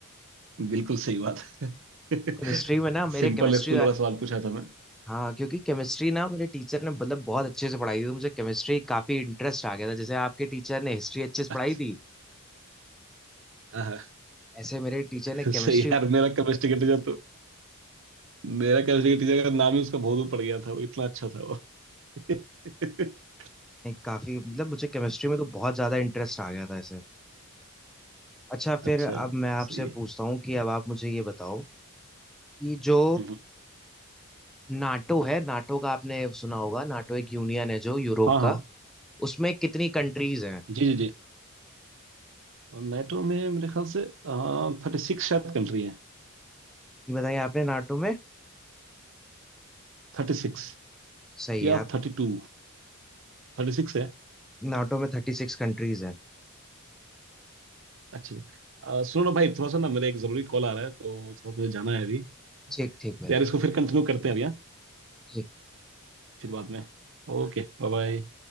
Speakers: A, on the right (about 60°); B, in the centre.
A: बिल्कुल सही बात है <laughs>
B: केमिस्ट्री में ना मेरे
A: सिंपल
B: केमिस्ट्री
A: स्कूल वाला सवाल पूछा था मैं
B: हाँ क्योंकि केमिस्ट्री ना मेरे टीचर ने मतलब बहुत अच्छे से पढ़ाई थी तो मुझे केमिस्ट्री काफी इंटरेस्ट आ गया था जैसे आपके टीचर ने हिस्ट्री अच्छे से
A: अच्छा
B: पढ़ाई थी
A: हाँ हाँ,
B: ऐसे मेरे टीचर ने केमिस्ट्री
A: सही है यार मेरा केमिस्ट्री का टीचर तो मेरा केमिस्ट्री का टीचर का नाम ही उसका भोलू पड़ गया था वो इतना अच्छा था वो <laughs>
B: काफी मतलब मुझे केमिस्ट्री में तो बहुत ज्यादा इंटरेस्ट आ गया था ऐसे अच्छा
A: अच्छा
B: फिर अब मैं आपसे
A: सही है
B: पूछता हूँ कि अब आप मुझे ये बताओ कि जो
A: हम्म,
B: नाटो है नाटो का आपने सुना होगा नाटो एक यूनियन है जो यूरोप
A: हाँ हाँ
B: का उसमें कितनी कंट्रीज हैं
A: जी जी जी और नेटो में मेरे ख्याल से थर्टी सिक्स शायद कंट्री है
B: ये बताइए आपने नाटो में
A: थर्टी सिक्स
B: सही
A: या
B: है आप
A: थर्टी टू थर्टी सिक्स है
B: नाटो में थर्टी सिक्स कंट्रीज हैं
A: अच्छा अ, सुनो ना भाई थोड़ा सा ना मेरा एक जरूरी कॉल आ रहा है तो थोड़ा मुझे जाना है अभी
B: ठीक
A: तो
B: ठीक भाई
A: यार इसको फिर कंटिन्यू करते हैं अभी हाँ
B: ठीक
A: फिर बाद में Okay bye bye